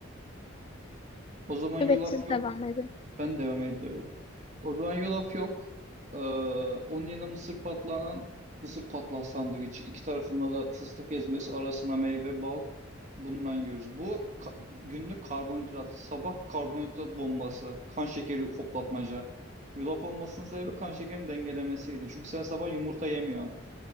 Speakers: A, on the right; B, on the left.
A: O zaman
B: evet
A: yulaf
B: siz
A: yok.
B: devam edin.
A: Ben devam ediyorum. O zaman yulaf yok. Ee, onun yanına mısır patlağının mısır patlağı sandviç. İki tarafında da fıstık ezmesi arasına meyve bal. Bundan yiyoruz. Bu ka- günlük karbonhidrat. Sabah karbonhidrat bombası. Kan şekeri hoplatmaca. Yulaf olmasının sebebi kan şekerini dengelemesiydi. Çünkü sen sabah yumurta yemiyorsun.